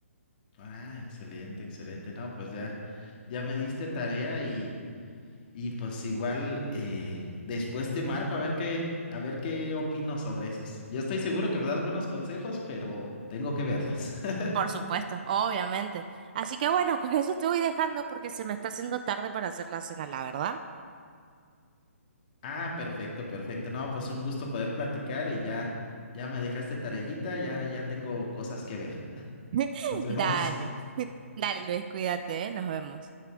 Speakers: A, on the left; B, on the right.
A: Ah, excelente, excelente. No, pues ya, ya me diste tarea y, y pues igual eh, después te marco a ver qué, a ver qué opino sobre esas. Yo estoy seguro que me das buenos consejos, pero tengo que verlas. <laughs>
B: Por supuesto, obviamente. Así que bueno, con eso te voy dejando porque se me está haciendo tarde para hacer la cena, la verdad.
A: Ah, perfecto, perfecto. No, pues un gusto poder platicar y ya, ya me dejaste tarellita, ya, ya tengo cosas que ver. <laughs>
B: <laughs>
A: Nos vemos.
B: Dale, dale Luis, cuídate, ¿eh? Nos vemos.